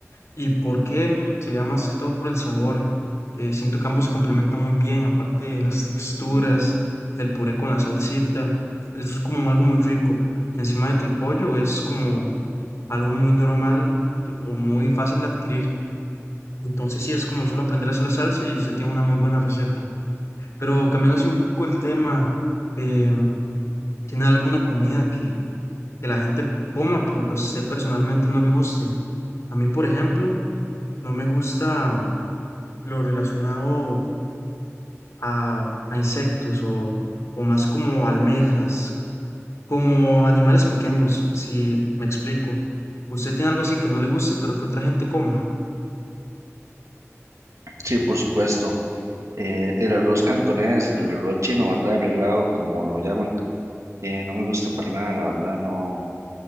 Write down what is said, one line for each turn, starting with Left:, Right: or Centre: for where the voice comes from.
Left: ¿Y por qué? Sería más que todo por el sabor. Eh, siento que ambos se complementan muy bien, aparte de las texturas, el puré con la salsita. Eso es como algo muy rico. Encima de que el pollo es como algo muy normal o muy fácil de adquirir. Entonces sí, es como solo aprender a hacer la salsa y usted tiene una muy buena receta. Pero cambiando así un poco el tema, em, ¿tiene alguna comida que, que la gente coma, pero que a usted personalmente no le guste? A mí, por ejemplo, no me gusta lo relacionado a, a insectos o, o más como almejas, como animales pequeños, si me explico. ¿Usted tiene algo así que no le guste, pero que otra gente coma?
Right: Sí, por supuesto. eh, el arroz cantonés, el arroz chino, ¿verdad? Arreglado, como lo llaman. eh, no me gusta para nada, la verdad, no,